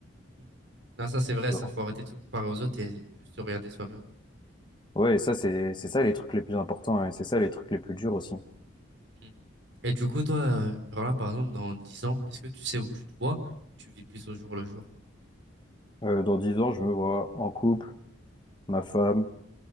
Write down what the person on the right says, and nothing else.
Mm. Ah, ça, c'est vrai,
ça faut arrêter de se comparer aux autres et plus se regarder soi-même.
Mm. Et du coup, toi, euh, genre là, par exemple, dans 10 ans, est-ce que tu sais où tu te vois? Tu vis plus au jour le jour.